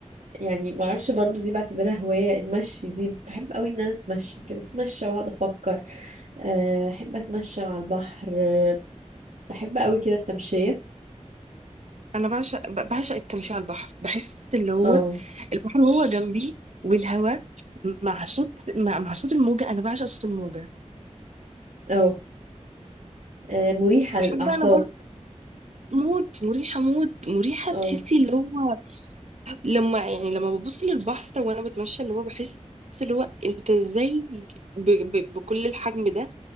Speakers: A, on the right (about 80°); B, on the right (about 65°).
A: يعني معرفش برضو دي بعتبرها هواية المشي دي بحب قوي ان انا اتمشى كده اتمشى واقعد افكر أه احب اتمشى على البحر أه، بحب قوي كده التمشية
B: انا بعشق ب- بعشق التمشي على البحر بحس اللي هو
A: اه
B: البحر هو جنبي والهواء مع صوت مع, مع صوت الموجه انا بعشق صوت الموجه
A: اه أه، مريحة للأعصاب
B: بحب انا برضه موت مريحه موت مريحه
A: اه
B: تحسي اللي هو لما يعني لما ببص للبحر وانا بتمشى اللي هو بحس اللي هو انت ازاي ب... ب... بكل الحجم ده